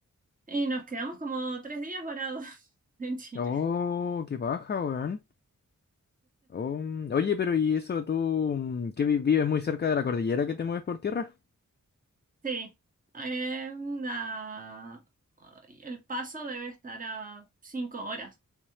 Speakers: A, on the right; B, on the left.
A: Y nos quedamos como tres días varados <laughs> en Chile.
B: Oh, qué paja, weón. Oh, mm, oye, pero ¿y eso tú mm, que vi- vives muy cerca de la cordillera que te mueves por tierra?
A: Sí. Eh, la- ay, el paso debe estar a cinco horas